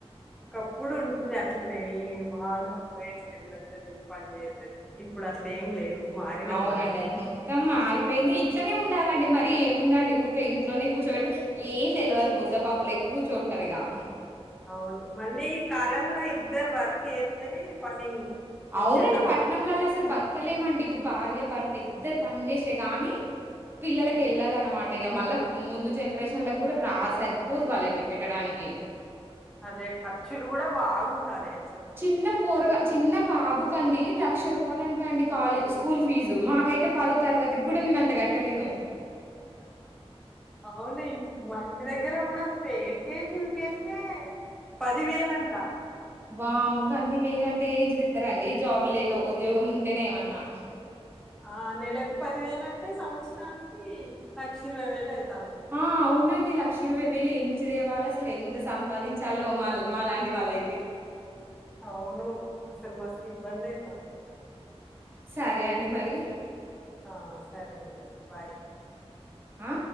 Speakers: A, in the centre; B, on the right.
A: ఒకప్పుడు ఉండేది అట్లనే మా ఆడవాళ్ళ బయటకి వెళ్ళొద్దని పని చేయొద్దని ఇప్ ఇప్పుడు అట్లెం లేదు మారినాం
B: అవునండి
A: మనం గూడా.
B: మొత్తం మారిపోయింది ఇట్లనే ఉండాలండి మరీ ఏముందండి ఊకె ఇంట్లోనే కూర్చోబెడితే ఏం తెలవదు ముద్ద పప్పులెక్క కూర్చోంటారు ఇగ ఆ
A: అవును మళ్ళీ ఈ కాలంలో ఇద్దరు వర్క్ చెత్తేనే పని మంచిగా
B: అవునండి
A: డబ్బులొస్తయి.
B: పట్నంలల్లా అసలు బతకలేమండి ఇప్పుడు భార్య భర్త ఇద్దరు పని చేేసే గాని పిల్లలకి
A: హ్మ్.
B: ఎల్లాదన్నమాట్ టిగ మళ్ళా ముందు జనరేషన్లకు కూడా రా సరిపోదు వాళ్ళకి పెట్టడానికి
A: అదే ఖర్చులు కూడా బాగుంటానయి అసలు.
B: చిన్న పొర్గా చిన్న బాబుకండి లక్ష రూపాలంటా అండి కాలేజ్ స్కూల్ ఫీజు మా మకైతే పదో తరగతికి కూడా నేను అంత కట్టలేను
A: అవ్నే మ టి దగ్గర కూడా అంతే ఎల్కేజీ యూకేజే పదివేలంట
B: వామ్మో గన్ని వేలంటే ఏ నుంచి తెత్తారండి జాబ్ లేక ఉద్యోగం ఉంటేనే ఏమన్నా
A: ఆ నెలకు పదివేలంటే సంవత్సరానికి లక్ష ఇరవై వేలైత్
B: ఆ అవునండి లక్షిరవై వేలు ఎచ్ నుంచిదేవలి అసలు ఎంత సంపాదించాలో మా-మాలాంటి వాళ్ళైతే
A: అవును అసలు మస్తిబ్బదైతాంది
B: సరే అండి మరి
A: ఆ సరేనండి బాయ్
B: ఆ